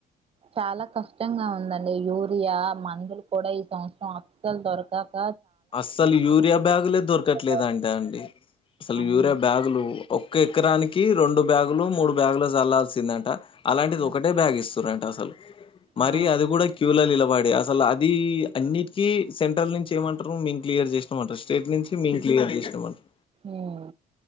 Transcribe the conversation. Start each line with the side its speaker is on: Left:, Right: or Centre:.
Right: చాలా కష్టంగా ఉందండి, యూరియా మందులు గూడా ఈ సంవత్సరం అసలు దొరకాక
Left: అస్సలు యూరియా బ్యాగులే దొరకట్లేదు
Right: పడ్డారు
Left: అంటే అండి అసలు
Right: అవును
Left: యూరియా బ్యాగులు ఒక్క ఎకరానికి రెండు బ్యాగులు మూడు బ్యాగులు చల్లాల్సిందంట అలాంటిది
Right: ఉమ్,
Left: ఒకటే బ్యాగ్ ఇస్తురంట అసలు మరి
Right: ఆ
Left: అది గూడా క్యూల నిలబడి అసలు అది అన్నిటికీ సెంట్రల్ నుంచి ఏమంట మేం క్లియర్ చేసినమాటర్ స్ట్రేట్ నుంచి మేం క్లియర్ చేసినమాటర్
Right: ఉమ్